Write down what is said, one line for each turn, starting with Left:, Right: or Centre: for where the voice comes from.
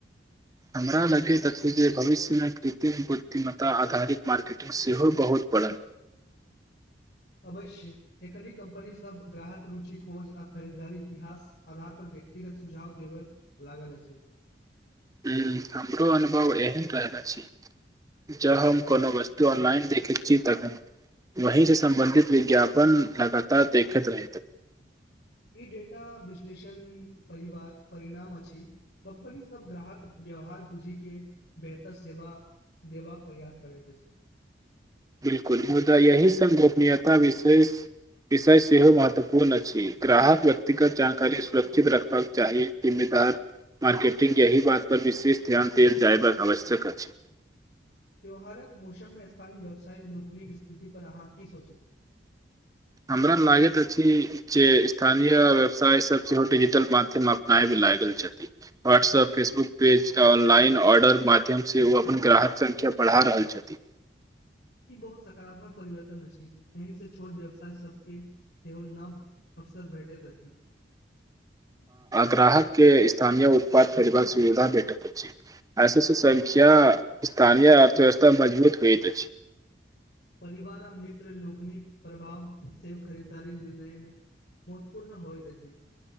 Right: हमरा लगैत अछि जे भविष्य क तिक बुद्धिमता आधारित मार्केटिंग सेहो बहुत बढ़ल
Left: अवश्य एखन कम्पनी सब ग्राहक रुचि खोज आ खरीदारी इतिहा आधार पर व्यक्तिगत सुझाव देबय लागल अछ
Right: ह्म हमरो अनुभव एहन त रहल अछ जँ हम कोनो वस्तु ऑनलाइन देखैत छी तख वही से सम्बंधित विज्ञापन लगातार देखैत र
Left: ई डेटा विश्लेषण परिवार परिणाम अछ कम्पनी सब ग्राहक व्यवहार बूझी के बेहतर सेव देबाक प्रयास करैत अछ
Right: बिल्कुल मुदा यही सङ्ग गोपनीयता विशेष विषय सेहो महत्वपूर्ण अछ ग्राहक व्यक्तिगत जानकारी सुरक्षित रखबाक चाही जिम्मेदा मार्केटिङंग य बात परर विशेष ध्यान देल जायबाक आवश्यक अछ
Left: त्यौहारक मौसममे स्थानीय व्यवसायी लोकनिक स्थिति पर अहाँ की सोचैत छ
Right: हमरा लागैत अछ जे स्थानीय व्यवसाय सब सेहो डिजिटल माध्यम अपनाय भी लाग गेल छथ व्हाट्सअप फेसबुक पेज ऑनलाइन ऑर्डरके माध्यमसँ ओ अपन ग्राहक संख्या बढ़ा रहल छथि
Left: ई बहुत सकारात्मक परिवर्तन अछि एहि से छोट व्यवसाय सबके सेहो न अवसर भेटैत अछ
Right: ग्राहक के स्थानीय उत्पाद खरीदबाक सुविधा भेटैत अछ ऐसे संख्या स्थानीय अर्थव्यवस्था मजबूत होइत अछ
Left: परिवार आ मित्र लोकनिक प्रभाव से खरीदारी निर्णय में महत्वपूर्ण होइत अछ